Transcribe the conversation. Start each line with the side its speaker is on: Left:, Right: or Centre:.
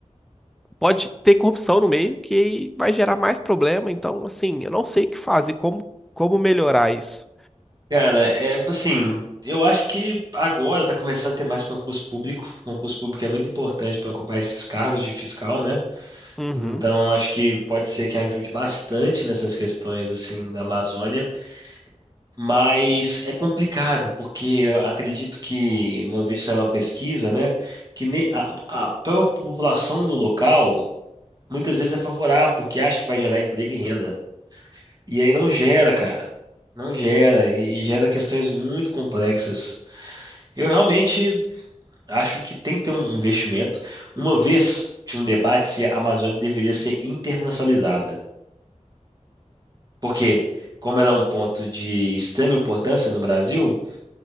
Centre: pode ter corrupção no meio que vai gerar mais problema. Então, assim, eu não sei o que fazer, como, como melhorar isso.
Right: Cara, é assim, eu acho que agora tá começando a ter mais concurso público. Concurso público é muito importante para ocupar esses cargos de fiscal, né?
Centre: Uhum.
Right: Então, acho que pode ser que ajude bastante nessas questões assim da Amazônia, mas é complicado porque eu acredito que uma vez saiu uma pesquisa, né, que ne- a, a própria população do local muitas vezes é favorável porque acha que vai gerar emprego e renda. E aí não gera, cara. Não gera e e gera questões muito complexas. Eu realmente acho que tem que ter um um investimento. Uma vez tinha um debate se a Amazônia deveria ser internacionalizada, porque como ela é um ponto de extrema importância no Brasil,